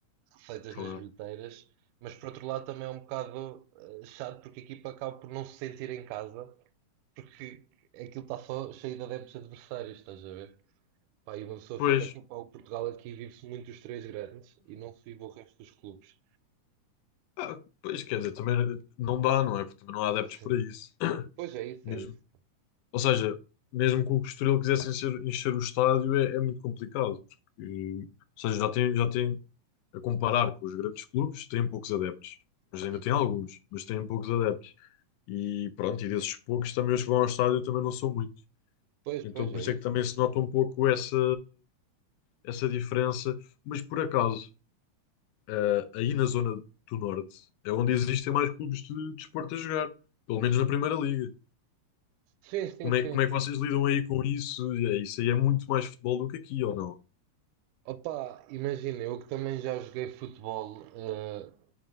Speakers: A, on the right; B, on the left.
A: feitas
B: claro.
A: nas bilheteiras, mas por outro lado também é um bocado eh, chato porque a equipa acaba por não se sentir em casa, porque aquilo está só cheio de adeptos adversários, estás a ver? Pá, e uma pessoa
B: Pois,
A: fica aqui, pá, o Portugal aqui vive-se muito os três grandes e não se vive o resto dos clubes.
B: ah, pois quer dizer, também não dá, não é? Porque também não há adeptos
A: Sim.
B: para isso. <clears throat>
A: Pois é isso,
B: Mesmo,
A: é isso.
B: ou seja, mesmo que o Estoril quisesse encher, encher o estádio, é, é muito complicado. Porque, ou seja, já tem, já tem, a comparar com os grandes clubes, tem poucos adeptos. Mas
A: Uhum.
B: ainda tem alguns, mas tem poucos adeptos. E pronto, e desses poucos também os que vão ao estádio também não são muitos.
A: Pois,
B: Então
A: pois
B: por
A: é
B: isso é
A: isso.
B: que também se nota um pouco essa, essa diferença. Mas por acaso, eh, aí na zona do Norte é onde existem mais clubes de desporto a jogar, pelo menos na Primeira Liga.
A: Sim, sim,
B: Como é,
A: sim,
B: como é
A: sim.
B: que vocês lidam aí com isso? É, Isso aí é muito mais futebol do que aqui, ou não?
A: Opa, imagina, eu que também já joguei futebol, eh,